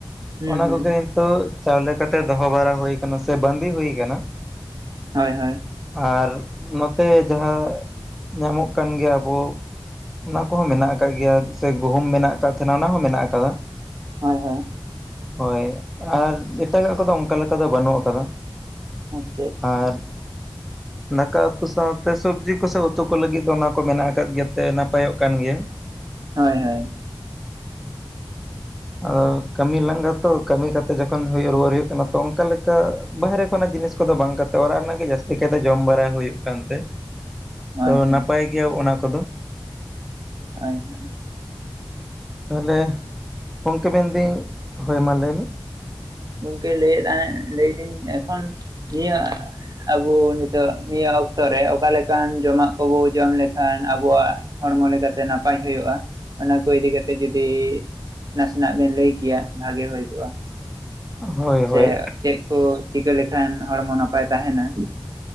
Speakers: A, on the right; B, in the centre.
A: ᱦᱩᱸ
B: ᱚᱱᱟ
A: ᱦᱩᱸ
B: ᱠᱚᱜᱮ ᱦᱤᱛᱳᱜ ᱪᱟᱣᱞᱮ ᱠᱟᱛᱮ ᱫᱚᱦᱚ ᱵᱟᱲᱟ ᱦᱩᱭ ᱠᱟᱱᱟ ᱥᱮ ᱵᱟᱸᱫᱤ ᱦᱩᱭ ᱠᱟᱱᱟ,
A: ᱦᱳᱭ ᱦᱳᱭ᱾
B: ᱟᱨ ᱱᱚᱛᱮ ᱡᱟᱦᱟᱸ ᱧᱟᱢᱚᱜ ᱠᱟᱱ ᱜᱮᱭᱟ ᱟᱵᱚ ᱚᱱᱟ ᱠᱚᱦᱚᱸ ᱢᱮᱱᱟᱜ ᱟᱠᱟᱫ ᱜᱮᱭᱟ, ᱥᱮ ᱜᱩᱦᱩᱢ ᱢᱮᱱᱟᱜ ᱟᱠᱟᱫ ᱛᱟᱦᱮᱸᱱᱟ ᱚᱱᱟ ᱦᱚᱸ ᱢᱮᱱᱟᱜ ᱟᱠᱟᱫᱟ᱾
A: ᱦᱳᱭ ᱦᱳᱭ᱾
B: ᱦᱳᱭ ᱟᱨ ᱮᱴᱟᱜᱟᱜ ᱠᱚᱫᱚ ᱚᱱᱠᱟ ᱞᱮᱠᱟ ᱫᱚ ᱵᱟᱹᱱᱩᱜ ᱟᱠᱟᱫᱟ᱾
A: <inaudible>
B: ᱟᱨ
A: <inaudible>
B: ᱫᱟᱠᱟ ᱩᱛᱩ ᱥᱟᱶᱛᱮ ᱥᱚᱵᱽᱡᱤ ᱠᱚ ᱥᱮ ᱩᱛᱩ ᱠᱚ ᱞᱟᱹᱜᱤᱫ ᱫᱚ ᱚᱱᱟ ᱠᱚ ᱢᱮᱱᱟᱜ ᱟᱠᱟᱫ ᱜᱮᱛᱮ ᱱᱟᱯᱟᱭᱚᱜ ᱠᱟᱱ ᱜᱮᱭᱟ᱾
A: ᱦᱳᱭ ᱦᱳᱭ᱾
B: ᱚ ᱠᱟᱹᱢᱤ ᱞᱟᱸᱜᱟ ᱛᱚ ᱠᱟᱹᱢᱤ ᱠᱟᱛᱮ ᱡᱚᱠᱷᱚᱱ ᱦᱩᱭᱩᱜ ᱨᱩᱣᱟᱹᱲ ᱦᱩᱭᱩᱜ ᱠᱟᱱᱟ ᱛᱚ ᱚᱱᱠᱟ ᱞᱮᱠᱟ ᱵᱟᱦᱨᱮᱼᱼ ᱠᱷᱚᱱᱟᱜ ᱡᱤᱱᱤᱥ ᱠᱚᱫᱚ ᱵᱟᱝ ᱠᱟᱛᱮ ᱚᱲᱟᱜ ᱨᱮᱱᱟᱜ ᱜᱮ ᱡᱟᱹᱥᱛᱤ ᱠᱟᱭᱛᱮ ᱡᱚᱢ ᱵᱟᱲᱟ ᱦᱩᱭᱩᱜ ᱠᱟᱱ ᱛᱮ
A: ᱦᱳᱭ
B: ᱛᱚ
A: ᱦᱳᱭ
B: ᱱᱟᱯᱟᱭ ᱜᱮᱭᱟ ᱚᱱᱟ ᱠᱚᱫᱚ᱾
A: ᱦᱳᱭ ᱦᱳᱭ᱾
B: ᱛᱟᱦᱚᱞᱮ, ᱜᱚᱝᱠᱮ ᱢᱮᱱ ᱫᱟᱹᱧ, ᱦᱳᱭ ᱢᱟ ᱞᱟᱹᱭ ᱢᱮ᱾
A: ᱜᱚᱝᱠᱮ ᱞᱟᱹᱭᱮᱫ ᱛᱟᱦᱮᱸ ᱞᱟᱹᱭ ᱫᱟᱹᱧ ᱮᱠᱷᱚᱱ ᱱᱤᱭᱟᱹᱼᱼ ᱟᱵᱚ ᱱᱤᱛᱚᱜ ᱱᱤᱭᱟᱹ ᱚᱠᱛᱚ ᱨᱮ ᱚᱠᱟ ᱞᱮᱠᱟᱱ ᱡᱚᱢᱟᱜ ᱠᱚᱵᱚ ᱡᱚᱢ ᱞᱮᱠᱷᱟᱱ ᱟᱵᱚᱣᱟᱜ ᱦᱚᱲᱢᱚ ᱞᱮᱠᱟ ᱛᱮ ᱱᱟᱯᱟᱭ ᱦᱩᱭᱩᱜᱼᱟ, ᱚᱱᱟ ᱠᱚ ᱤᱫᱤ ᱠᱟᱛᱮ ᱡᱩᱫᱤ ᱱᱟᱥᱮᱱᱟᱜ ᱵᱤᱱ ᱞᱟᱹᱭ ᱠᱮᱭᱟ ᱵᱷᱟᱜᱮ ᱦᱩᱭ ᱠᱚᱜᱼᱟ᱾
B: ᱦᱳᱭ
A: ᱥᱮ
B: ᱦᱳᱭ
A: ᱪᱮᱫ ᱠᱚ ᱪᱤᱠᱟᱹ ᱞᱮᱠᱷᱟᱱ ᱦᱚᱲᱢᱚ ᱱᱟᱯᱟᱭ ᱛᱟᱦᱮᱸᱱᱟ?